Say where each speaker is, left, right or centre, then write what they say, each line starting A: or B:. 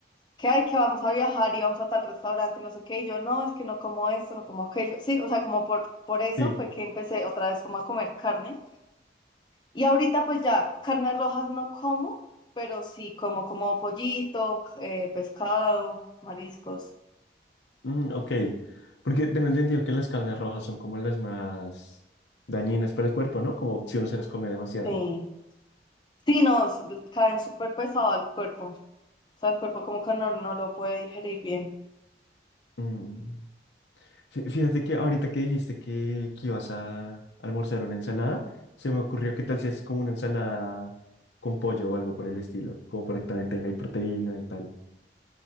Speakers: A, on the left; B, on the left.
A: que, ay, que vamos a viajar y vamos a tal restaurante, no sé qué, y yo no, es que no como esto, no como aquello. Sí, o sea, como por, por eso
B: Sí,
A: fue que empecé otra vez como a comer carne. Y ahorita pues ya carnes rojas no como, pero sí como como pollito, eh, pescado, mariscos.
B: Mm, ok. Porque tengo entendido que las carnes rojas son como las más dañinas para el cuerpo, ¿no? Como si uno se las come demasiado.
A: Sí, sí, nos caen súper pesado al cuerpo. O sea, el cuerpo como que no, no lo puede digerir bien.
B: Mm. Fí- Fíjate que ahorita que dijiste que, que ibas a almorzar una ensalada, se me ocurrió qué tal si haces como una ensalada con pollo o algo por el estilo, como para que también tenga ahí proteína y tal.